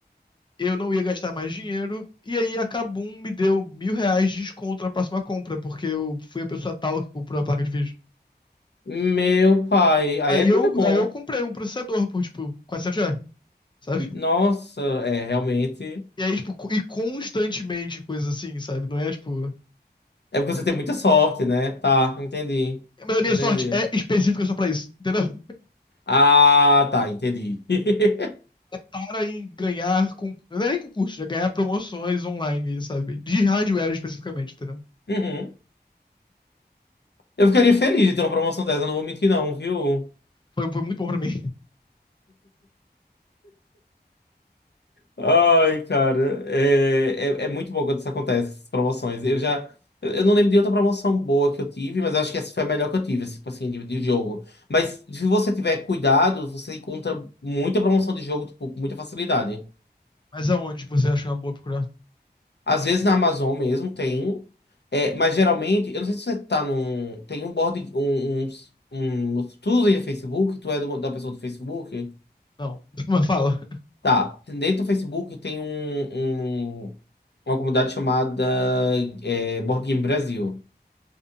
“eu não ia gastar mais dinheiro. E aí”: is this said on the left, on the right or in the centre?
Left